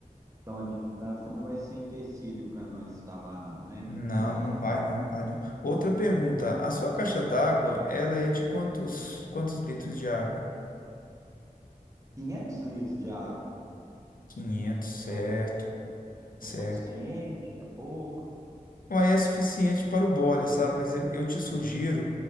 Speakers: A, on the right; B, on the left.
A: Então a distância não vai ser empecilho para nós estar lá, não, né?
B: Não,
A: Beleza.
B: não vai não, não vai não. Outra pergunta, a sua caixa d'água, ela é de quantos quantos litros de água?
A: 500 litros de água
B: 500, certo,
A: é, o- é
B: certo.
A: é é suficiente? É pouco?
B: Aí é suficiente para o boiler, sabe? Mas eu, eu te sugiro